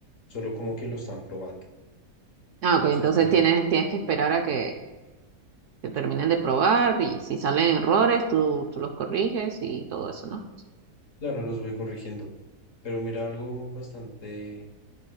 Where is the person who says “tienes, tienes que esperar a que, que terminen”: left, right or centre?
Right